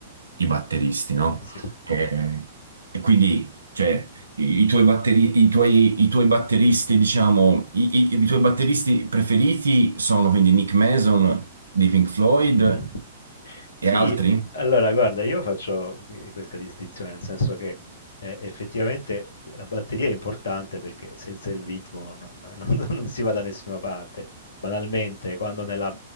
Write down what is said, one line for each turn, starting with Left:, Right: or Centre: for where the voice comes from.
Right: i batteristi, no?
Left: eh sì.
Right: Eh, e quindi, cioè, i, i tuoi batteri- i tuoi- i tuoi batteristi, diciamo, i, i- i tuoi batteristi preferiti sono quindi Nick Mason di Pink Floyd
Left: <laughs>
Right: e
Left: Sì,
Right: altri?
Left: allora guarda, io faccio eh, questa distinzione, nel senso che eh, effettivamente la batteria è importante perché senza il ritmo non, <laughs> non- non si va da nessuna parte. Banalmente, quando nella,